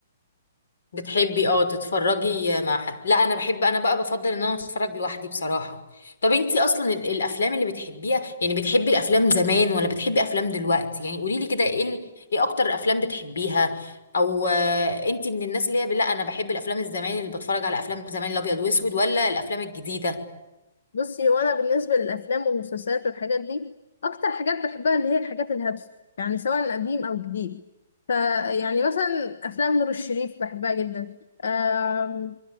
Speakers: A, on the left; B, on the left.
A: بتحبي اه تتفرجي مع حد لا انا بحب انا بقى بفضل ان انا اتفرج لوحدي بصراحة طب انتي اصلا ال- الافلام اللي بتحبيها يعني بتحبي الافلام زمان ولا بتحبي افلام دلوقتي يعني قوليلي كده ايه ال... ايه اكتر افلام بتحبيها او آه، انتي من الناس اللي هي ب- لا انا بحب الافلام الزمان اللي بتفرج على افلام زمان الابيض واسود ولا الافلام الجديدة
B: بصي هو انا بالنسبه للافلام والمسلسلات والحاجات دي اكتر حاجات بحبها اللي هي الحاجات الهادفه يعني سواء قديم او جديد ف يعني مثلا افلام نور الشريف بحبها جدا أم...